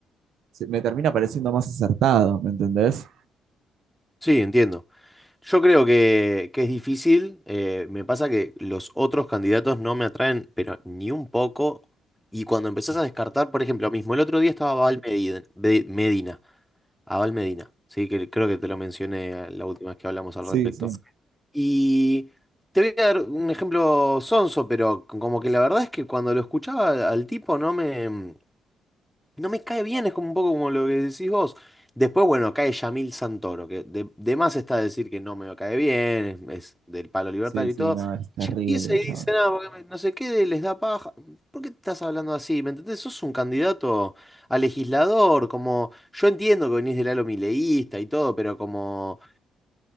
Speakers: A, on the right; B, in the centre.
A: Me termina pareciendo más acertado, ¿me entendés?
B: Sí, entiendo. Yo creo que, que es difícil. eh, me pasa que los otros candidatos no me atraen, pero ni un poco. Y cuando empezás a descartar, por ejemplo, mismo el otro día estaba Abel Medina, Be- Medina, Abel Medina, sí, que creo que te lo mencioné la última vez que hablamos al
A: Sí,
B: respecto.
A: sí.
B: Y te voy a dar un ejemplo sonso, pero como que la verdad es que cuando lo escuchaba al al tipo no me, no me cae bien, es como un poco como lo que decís vos. Después, bueno, cae Yamil Santoro, que de, de más está decir que no me cae bien, es, del palo libertario
A: Sí, sí,
B: y todo.
A: no, es terrible
B: Ya empieza
A: el
B: y
A: chabón.
B: dice, nada, porque me- no sé qué, les da paja. ¿Por qué estás hablando así? ¿Me entendés? Sos un candidato a legislador, como yo entiendo que venís del halo mileísta y todo, pero como